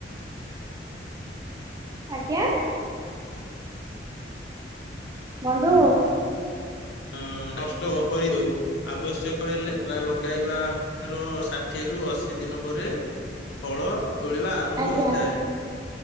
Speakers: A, on the right; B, on the left.
A: ଆଜ୍ଞା। ବନ୍ଧୁ
B: ହ ନଷ୍ଟ କରିଦଉ। ଆବଶ୍ୟକ ହେଲେ ବା ଲଗାଇବା ର ଷାଠିଏ ରୁ ଅଶୀ ଦିନ ପରେ ଫଳ ତୋଳିବା ଆରମ୍ଭ
A: ଆଜ୍ଞା
B: ହୋଇଥାଏ।